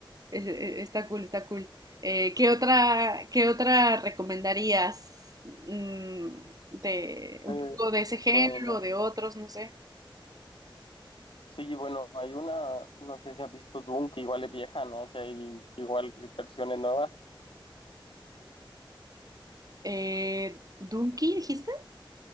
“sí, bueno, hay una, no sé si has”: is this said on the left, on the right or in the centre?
Left